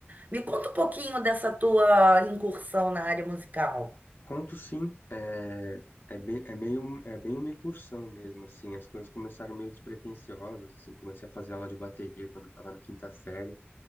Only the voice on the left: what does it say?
Conto sim, é, é bem, é meio, é bem uma incursão mesmo, assim. As coisas começaram meio despretensiosas, assim. Comecei a fazer aula de bateria quando eu tava na quinta série.